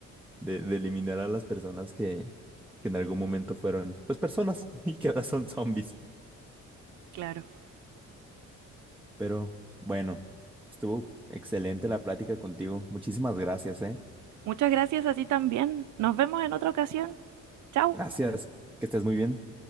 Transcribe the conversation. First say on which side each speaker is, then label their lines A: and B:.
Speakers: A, in the centre; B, on the right.
A: de, de eliminar a las personas que, que en algún momento fueron, pues personas <laughs> y que ahora son zombies.
B: Claro.
A: Pero bueno, estuvo excelente la plática contigo. Muchísimas gracias, ¿eh?
B: Muchas gracias a ti también. Nos vemos en otra ocasión. Chao.
A: Gracias, que estés muy bien.